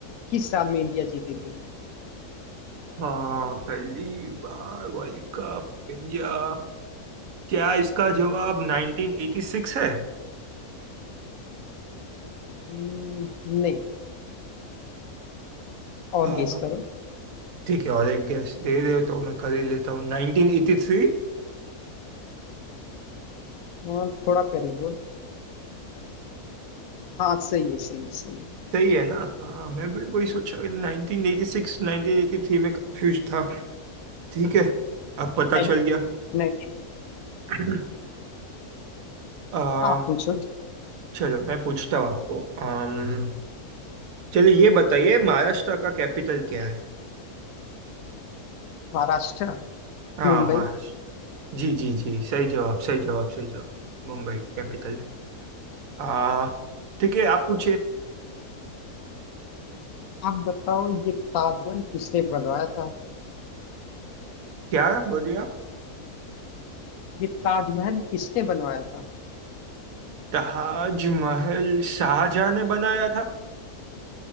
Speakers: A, on the left; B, on the right.
A: किस साल में इंडिया जीती थी
B: हाँ पहली बार वर्ल्ड कप इंडिया क्या इसका जवाब 1986 है
A: हम्म, नहीं और
B: <clears throat> आ,
A: गेस करो
B: ठीक है और एक गैस दे रहे हो तो मैं कर ही लेता हूँ 1983
A: और थोड़ा करीब हो हाँ सही है सही है, सही है।
B: सही है ना हाँ मैं भी वही सोचा 1986 1983 में कंफ्यूज था ठीक है अब पता
A: नहीं
B: चल गया
A: नहीं
B: <clears throat> आ,
A: आप पूछो
B: चलो मैं पूछता हूँ आपको अम, चलिए ये बताइए महाराष्ट्र का कैपिटल क्या है
A: महाराष्ट्र
B: हाँ
A: मुंबई
B: महाराष्ट्र जी जी जी सही जवाब सही जवाब सही जवाब मुंबई कैपिटल आ ठीक है आप पूछिए
A: आप बताओ ये ताजमहल किसने बनवाया था
B: क्या बोलिए आप
A: ये ताजमहल किसने बनवाया था
B: ताजमहल शाहजहां ने बनाया था